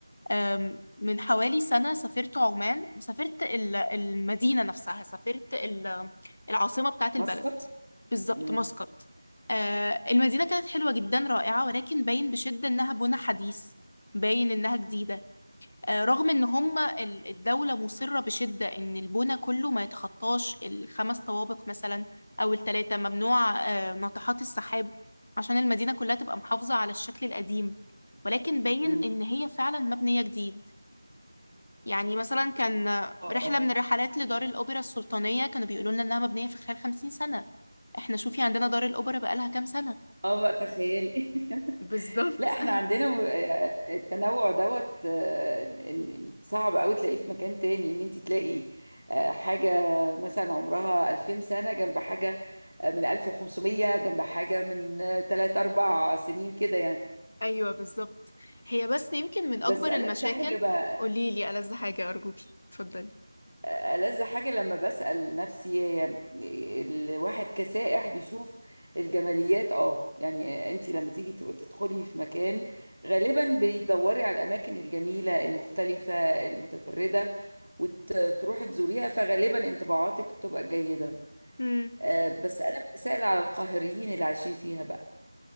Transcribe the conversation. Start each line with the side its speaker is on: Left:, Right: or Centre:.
Left: آم، من حوالي سنة سافرت عمان وسافرت ال- المدينة نفسها سافرت ال- العاصمة بتاعت البلد
Right: مسقط
Left: بالظبط
Right: امم
Left: مسقط آه، المدينة كانت حلوة جدا رائعة ولكن باين بشدة إنها بنى حديث باين إنها جديدة آه، رغم ان هم ال- الدولة مصرة بشدة ان البنى كله ما يتخطاش الخمس طوابق مثلا او التلاتة ممنوع آه، ناطحات السحاب عشان المدينة كلها تبقى محافظة على الشكل القديم ولكن باين
Right: امم
Left: ان هي فعلا مبنية جديد يعني مثلا كان آه،
Right: اه
Left: رحلة
Right: اه
Left: من الرحلات لدار الأوبرا السلطانية كانوا بيقولوا لنا انها مبنية في خلال خمسين سنة احنا شوفي عندنا دار الأوبرا بقالها كام سنة
Right: اه بقى تخيلي <laughs>
Left: بالظبط
Right: لا احنا
Left: <laughs>
Right: عندنا م- آه، التنوع دوت آه، إن- إن صعب قوي تلاقيه في مكان تاني ان انت تلاقي آه، حاجة مثلا عمرها 2000 سنة جنب حاجة آه، من 1500 جنب حاجة من 3 4 سنين كده يعني
Left: ايوه بالظبط هي بس يمكن من
Right: بس
Left: اكبر
Right: ألذ
Left: المشاكل
Right: حاجة بقى
Left: قوليلي ألذ حاجة أرجوكي اتفضلي
Right: ألذ حاجة لما بسأل نفسي هي الواحد كسائح بيشوف الجماليات اه يعني انت لما تيجي تدخلي في مكان غالبا بيدوري على الأماكن الجميلة المختلفة المتفردة وتروحي تزوريها فغالبا انطباعاتك بتبقى جيدة
Left: امم
Right: آه، بس أنا بتسأل على القاهريين اللي عايشين فيها بقى